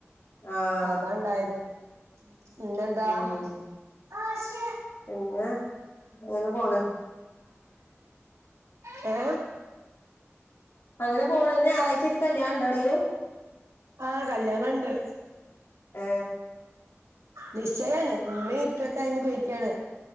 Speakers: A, on the left; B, on the right.
A: ആഹ്
B: അതാണ്ടായത് പിന്നെന്താ.
A: ഉം
B: ആ ശേ
A: പിന്നെ അങ്ങനെ പോണ്
B: ഏ
A: അങ്ങനെ പോണ് ഇന്ന് ഞാറാഴ്ചെറ്റ് കല്യാണംണ്ട എവിടേലും?
B: ആഹ് കല്യാണംണ്ട്.
A: ഏ
B: നിശ്ചയാണ് ഇമ്മീ ഇപ്പൊക്കെ അതിന് പോയിക്കാണ്.